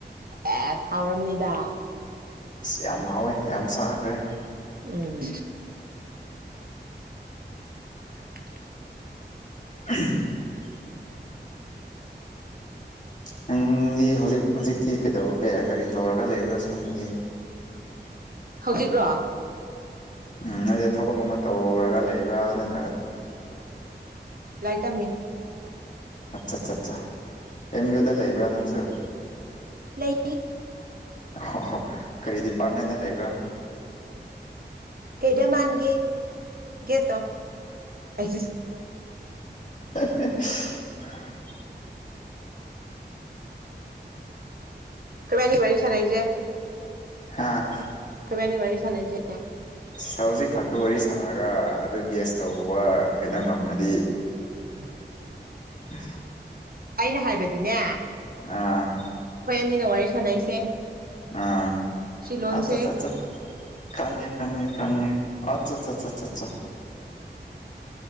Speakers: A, on the right; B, on the left.
A: ꯑꯦ ꯍꯥꯎꯔꯝꯅꯤꯗ
B: ꯑꯁ ꯌꯥꯝ ꯍꯥꯎꯋꯦ ꯌꯥꯝ ꯆꯥꯈ꯭ꯔꯦ
A: ꯑꯣꯝ <inaudible>
B: <inaudible> ꯅꯪꯒꯤ ꯍꯧꯖꯤꯛ ꯍꯧꯖꯤꯛꯇꯤ ꯀꯩꯗꯧꯕ ꯀꯌꯥ ꯀꯔꯤ ꯇꯧꯔꯒ ꯂꯩꯕ꯭ꯔꯥ ꯁꯝꯒꯤ
A: ꯍꯧꯖꯤꯛꯔꯣ
B: ꯎꯝ ꯅꯠꯇꯦ ꯊꯕꯛꯀꯨꯝꯕ ꯇꯧꯔꯒ ꯂꯩꯕ꯭ꯔꯥ ꯅꯠꯇ
A: ꯂꯥꯏ ꯇꯝꯃꯦ
B: ꯑꯠꯆꯥ ꯑꯠ ꯑꯠ ꯑꯦꯝ ꯌꯨꯗ ꯂꯩꯕ꯭ꯔꯥ ꯅꯪꯁꯨ
A: ꯂꯩ
B: ꯑ ꯀꯔꯤ ꯗꯤꯄꯥꯔꯠꯃꯦꯟꯗ ꯂꯩꯕ꯭ꯔꯥ
A: ꯀꯩꯗ ꯃꯥꯟꯒꯦ ꯒꯦꯐ ꯇꯧ ꯑꯩꯁꯤ
B: <inaudible>
A: ꯎ ꯀꯥꯏꯅꯤ ꯋꯥꯔꯤꯔꯤꯁ ꯅꯏꯁꯦ
B: ꯍꯥꯥ
A: ꯅꯤ ꯋꯥꯔꯤ ꯁꯅꯖꯦ
B: ꯁꯖꯤꯛ ꯈꯛꯇ ꯋꯥꯔꯤ ꯁꯥꯔꯒ ꯑꯗꯨ ꯒ꯭ꯁ ꯇꯧꯕ ꯀꯩꯅꯣ ꯉꯝꯃꯗꯤ
A: ꯎꯝ
B: ꯎ
A: ꯑꯩꯅ ꯍꯥꯏꯕꯗꯤꯅꯦ
B: ꯑ
A: ꯍꯣꯏ ꯑꯅꯤꯅ ꯋꯥꯔꯤ ꯁꯥꯟꯅꯩꯁꯦ
B: ꯑꯥ
A: ꯁꯤ ꯂꯣꯟꯁꯦ
B: ꯑꯇ ꯇ ꯑꯠꯇ ꯈꯪꯉꯦ ꯈꯪꯉꯦ ꯈꯪꯉꯦ ꯑꯆꯥ